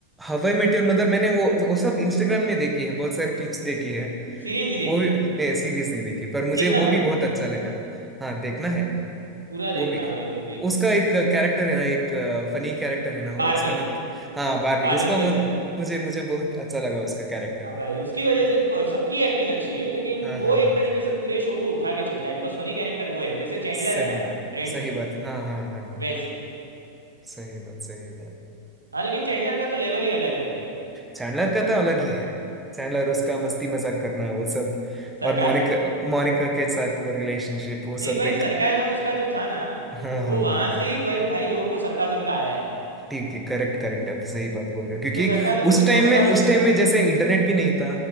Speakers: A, in the centre; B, on the right.
A: हवाई मेट योर मदर मैंने वो वो सब इंस्टाग्राम में देखी है बहुत सारी क्लिप्स देखी है
B: series नहीं देखी
A: वो भी
B: है
A: नहीं सीरीज नहीं देखी पर मुझे
B: देखना
A: वो
B: भाई
A: भी बहुत अच्छा लगा हाँ देखना है
B: पूरा देखना
A: वो भी
B: भाई वो भी
A: उसका एक कैरेक्टर है ना एक फनी कैरेक्टर है ना
B: बारने
A: वो उसका नाम क्या हाँ बार्नी
B: बारने
A: उसका
B: स्टिनसन
A: मु- मुझे मुझे बहुत अच्छा लगा उसका कैरेक्टर
B: हाँ भाई उसकी वजह से प- सबकी एक्टिंग अच्छी है लेकिन
A: हाँ
B: वो
A: हाँ
B: एक
A: हाँ
B: तरीके से पूरे शो को उठा के चलता है बिकॉज फनी कैरेक्टर वो है जैसे चैंडलर
A: सही
B: है ना
A: बात
B: फ्रेंड्स
A: सही
B: में
A: बात हाँ हाँ हाँ हाँ
B: वैसे
A: सही बात सही बात
B: हाँ लेकिन चैंडलर का तो लेवल ही अलग है भाई
A: चैंडलर का तो अलग ही है चैंडलर
B: हाँ।
A: उसका मस्ती मजाक करना वो सब
B: सरकाजम
A: और मोनिका मोनिका के साथ वो रिलेशनशिप वो
B: नहीं
A: सब
B: भाई
A: एक
B: सरकाजम उसका जो था ना
A: हाँ
B: वो
A: हाँ
B: वहां
A: हाँ
B: से ही भाई, भाई लोगों को सरकाजम का आया है
A: ठीक है करेक्ट करेक्ट आप सही बात बोल रहे हो क्योंकि
B: नहीं तो सरकाजम तो
A: उस
B: किसी
A: टाइम
B: को पता
A: में
B: भी नहीं
A: उस टाइम
B: था
A: में जैसे इंटरनेट भी नहीं था